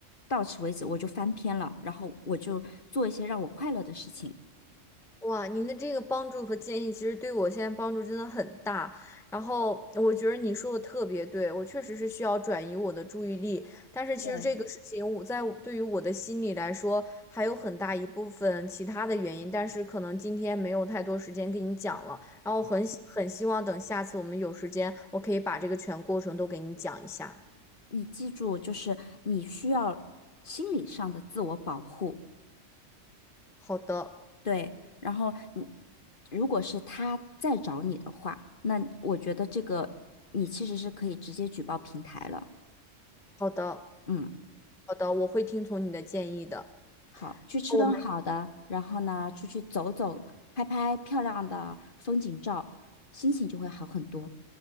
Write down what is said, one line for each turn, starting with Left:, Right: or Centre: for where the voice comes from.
Left: 到此为止，我就翻篇了，然后我就做一些让我快乐的事情。
Centre: 哇，您的这个帮助和建议，其实对我现在帮助真的很大。然后我觉得你说的特别对，我确实是需要转移我的注意力。但是其实这个事情，
Left: 对，
Centre: 我在我对于我的心理来说，还有很大一部分其他的原因。但是可能今天没有太多时间跟你讲了。然后我很希很希望等下次我们有时间，我可以把这个全过程都给你讲一下。
Left: 你记住，就是你需要心理上的自我保护，
Centre: 好的，
Left: 对，然后你如果是他再找你的话，那我觉得这个你其实是可以直接举报平台了。
Centre: 好的，
Left: 嗯，
Centre: 好的，我会听从你的建议的。
Left: 好，去吃顿好的，
Centre: 我们
Left: 然后呢，出去走走，拍拍漂亮的风景照，心情就会好很多。